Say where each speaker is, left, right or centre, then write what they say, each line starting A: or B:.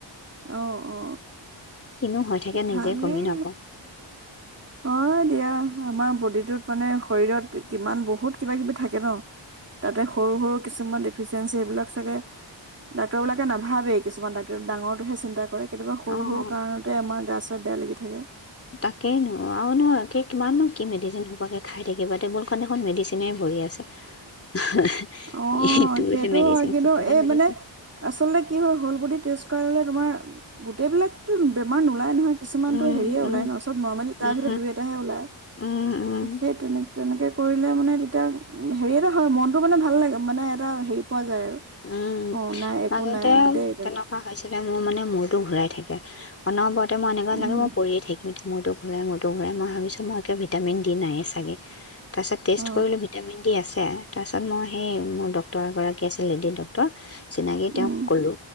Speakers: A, on the right; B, on the left.
A: আহ অ।
B: কিনো হৈ থাকে নিজে
A: ভালেই,
B: গমেই নাপাওঁ
A: অ দিয়া। আমাৰ বডিটোত মানে শৰীৰত কিমান বহুত বহুত কিবা কিবি থাকে ন। তাতে সৰু সৰু কিছুমান। ফিচিয়েঞ্চি সেইবিলাক চাগে ডাক্তৰ বিলাকে নাভাবে কিছুমান ডাক্তৰ ডাঙৰ হে চিন্তা কৰে। কেতিয়াবা সৰু
B: অঁ
A: সৰু কাৰণতে আমাৰ গাছ বেয়া লাগি থাকে।
B: তাকেই নো, আৰু কি কিমানো কি মেডিচিন খোপাকে খাই থাকিবা টেবুল খ দেখুন মেডিচিনে ভৰি আছে।
A: অ
B: ইটোৰহে
A: সেইটো
B: মেডিচিন
A: হয় কিন্তু
B: সিটোৰহে
A: এই
B: মেডিচিন
A: মানে আচলতে কি হয় হল বডি টেষ্ট কৰালে তোমাৰ গোটেইবিলাকতো বেমাৰ নোলাই নহয়। কিছুমানতটো
B: উম
A: হেৰিয়ে
B: উম
A: ওলাই ন চব নৰ্মেল তাৰ
B: উম
A: ভিতৰত দুই এটাহে ওলায়
B: উম উম
A: সেই তেনে তেনেকে কৰি। মানে তেতিয়া হেৰিয় হয় মনতটো মানে ভাল লাগে মানে এটা হেৰি পোৱা যায় আৰু
B: উম,
A: অ নাই একো
B: মাজতে
A: নাই দেই
B: তেনেকুৱা হৈছিলে মোৰ মানে মূৰতটো ঘূৰাই থাকে। অনবৰত মই‌ এনেকোবা
A: উম
B: লাগে, মই পৰিয়ে থাকিম। স মোৰতো ঘূৰাই মোৰৰতো ঘূৰাই মই ভাবিছোঁ মই ভিটামিন দি নায়েই চাগে। তাৰপছ টেষ্ট
A: অ
B: কৰিলো ভিটামিন ডি আছে। তাৰপিছত মই সেই মোৰ ডক্তৰ এগৰাক আছে। কিলিন ডক্টৰ চিনাকি
A: উম
B: তেওঁক ক'লো